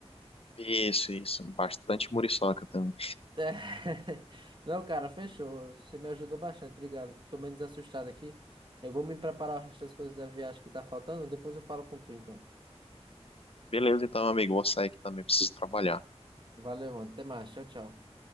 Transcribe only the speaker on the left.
Isso, isso. Bastante muriçoca também.
Beleza, então, amigo, vou sair aqui também, preciso trabalhar.